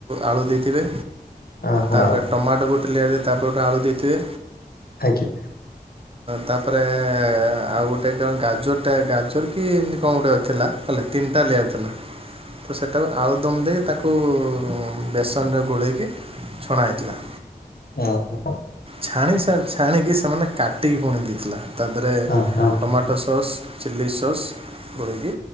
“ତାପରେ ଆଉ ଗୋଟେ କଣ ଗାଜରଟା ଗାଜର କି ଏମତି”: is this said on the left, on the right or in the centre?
Right